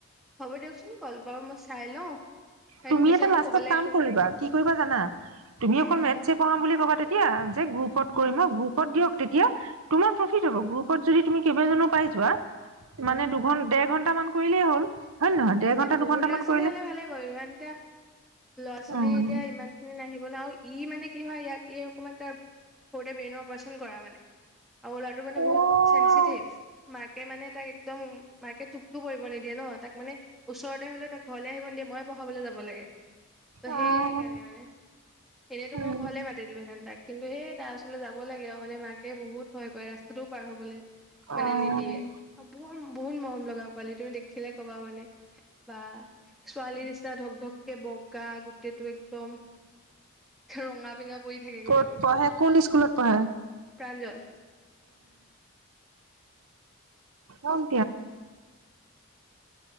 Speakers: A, in the centre; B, on the right (about 80°).
A: হ'ব দিয়কচোন কল বাৰু মই চাই লওঁ
B: তুমি
A: পিছতো
B: এটা লাষ্টত
A: ক'বালে
B: কাম
A: একো
B: কৰিবা কি কৰিবা জানা তুমি অকল
A: উম
B: মেথচ পঢ়াম বুলি ক'বা তেতিয়া যে গ্ৰুপ কত কৰিম
A: উম
B: অ গ্ৰুপত দি চ তেতিয়া তোমাৰ প্ৰফিট হব গ্ৰু ৰত যদি তুমি কেইবাজনো পাই যোৱা
A: অ
B: মানে দুঘন ডেৰ ঘণ্টা এটামান কৰিলেই হ'ল হয় নে নহয়? ডেৰ ঘন্টা
A: এ বহুত
B: দুঘন্টা
A: ল'ৰা
B: মান
A: ছোৱালী
B: কৰিলে
A: হ'লে ভালে বাৰু ইমান এ ল'ৰা ছোৱালী
B: অ'।
A: এতিয়া ইমান খিনি নাহিব আৰু ই মানে কি হয় ইয়াক ই অকনমান তাৰ সৰুতে ব্ৰেইনৰ অপাৰচন কৰা মানে আৰু লৰাটো মানে
B: অ',
A: বহুত চেনচিটিভ মা মাকে মানে তাক একদম মাকে টোপটো কৰিব নিদিয়ে ন তাক মানে ওচৰতে হ'লেও তাক ঘৰলৈ আহিব দিয়ে ময়ে পঢ়াবলৈ যাব লাগে ত সেই
B: অ',
A: কাৰণে মানে এনেইতো
B: উম,
A: মই ঘৰলে মাতি দিলোহেঁতেন তাক কিন্তু সেই তাৰ ওচৰলৈ যাব লাগে আৰু মানে মাকে বহুত ভয় কৰে ৰাস্তা টো পাৰ হবলৈ মানে
B: অ',
A: নিদিয়ে বহুত মৰম লগা পোৱালি তুমি দেখিলে ক'বা মানে বা ছোৱালীৰ নিচিনা ধক ধককে বগা গোটেইটো একদম ৰঙা পিঙা পৰি থাকে
B: ক'ত
A: গোটেইটো
B: পঢ়ে কোন স্কুলত পঢ়ে?
A: প্ৰাঞ্জল
B: কম